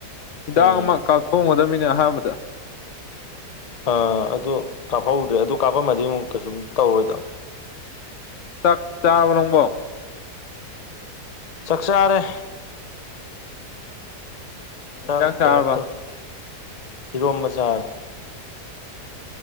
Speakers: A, on the left; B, on the left.
A: ꯍꯤꯗꯥꯛ
B: ꯎꯝ
A: ꯑꯃ ꯀꯥꯞꯊꯣꯛꯒꯗꯃꯤꯅꯦ ꯑꯍꯥꯟꯕꯗ
B: ꯑꯥ ꯑꯗꯨ ꯀꯥꯞꯍꯧꯗ꯭ꯔꯦ ꯑꯗꯨ ꯀꯥꯞꯐꯝꯃꯗꯤ ꯑꯃꯨꯛ ꯀꯩꯁꯨꯝ ꯇꯧꯔꯣꯏ
A: ꯆꯥꯛ ꯆꯥꯔꯥꯕꯣ ꯅꯪꯕꯣ
B: ꯆꯥꯛ ꯆꯥꯔꯦ
A: ꯍꯤꯗꯥꯛ
B: ꯆꯥꯛ
A: ꯆꯥꯔꯕ
B: ꯀꯩꯅꯣ ꯇꯧ ꯏꯔꯣꯝꯕ ꯆꯥꯔꯦ